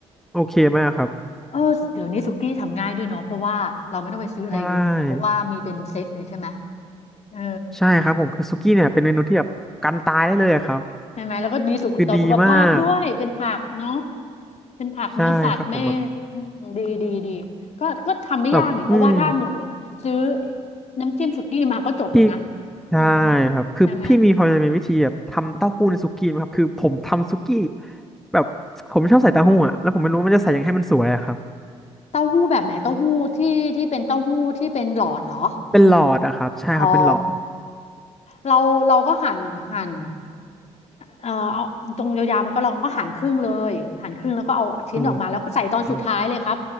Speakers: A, in the centre; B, on the left.
A: โอเคไหมอะครับ
B: เออเดี๋ยวนี้สุกี้ทำง่ายด้วยเนาะเพราะว่าเราไม่ต้องไปซื้ออะไรเยอะเพราะว่ามีเป็นเซตเลยใช่ไหม
A: ใช่
B: เออ
A: ใช่ครับผมคือสุกี้เนี่ยเป็นเมนูที่แบบกันตายได้เลยอะครับ
B: ใช่ไหมแล้วก็ดีสุขต่อสุขภาพด้วยเป็นผักเนาะ
A: คือดีมาก
B: เป็นผักเนื้อสัตว์ไม่
A: ใช่ครับผมแบบ
B: อืมดีดีดีก็ก็ทำไม่ยากนี่เพราะว่าถ้าหนู
A: แบบอืม
B: ซื้อน้ำจิ้มสุกี้มาก็จบแล้วนะ
A: พี่ใช่
B: เออ
A: ครับคือพี่มีพอจะมีวิธีแบบทำเต้าหู้ในสุกี้ไหมครับคือผมทำสุกี้
B: ใช่ไหม
A: แบบผมชอบใส่เต้าหู้อะแล้วผมไม่รู้ว่ามันจะใส่ยังไงให้มันสวยอะครับ
B: เต้าหู้แบบไหนเต้าหู้ที่ที่เป็นเต้าหู้ที่เป็นหลอดเหรอ
A: เป็นหลอดอะครับใช่ครับเป็นหลอด
B: อ๋อเราเราก็หั่นหั่น เออเอาตรงยาวๆมันก็เราก็หั่นครึ่งเลยหั่นครึ่งแล้วก็เอาชิ้นออกมาแล้วก็ใส่ตอนสุดท้ายเลยครับ
A: อืม